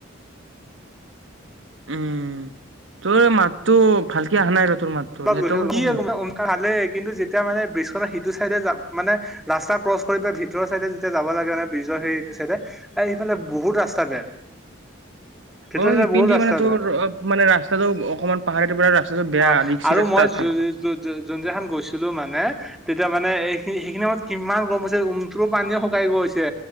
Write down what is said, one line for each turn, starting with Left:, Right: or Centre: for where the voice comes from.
Right: উম তোৰ মাতটো ভালকে আহা নাই ৰ তোৰ মাততো
Centre: স্কুল
Right: নেটৱৰ্কৰ
Centre: গৈছিলো কি
Right: প্ৰব্লেম
Centre: উমকা ভালেই কিন্তু যেতিয়া মানে বিশ্বৰা সেইটো চাইডে যাম <inaudible> মানে ৰাস্তা ক্ৰচ কৰি পেলাই ভিতৰৰ চাইডে যেতিয়া যাব লাগে মানে ব্ৰিজৰ সেই চাইডে এ ইফালে বহুত ৰাস্তা বেয়া। ভিতৰৰ
Right: অ'
Centre: চাইডে
Right: সেইপিনে
Centre: বহুত ৰাস্তা
Right: মানে তোৰ
Centre: বেয়া
Right: অ মানে ৰাস্তাটো অকনমান পাহাৰ পৰা ৰাস্তাটো বেয়া
Centre: অ
Right: <inaudible>
Centre: আৰু মই
Right: আছে
Centre: জ জোনজা খন গৈছিলো মানে <inaudible> তেতিয়া মানে এইখিনি সেইখিনি সময়ত কিমান গৰম হৈছে উমট্ৰু পানীয়ে শুকাই গৈছে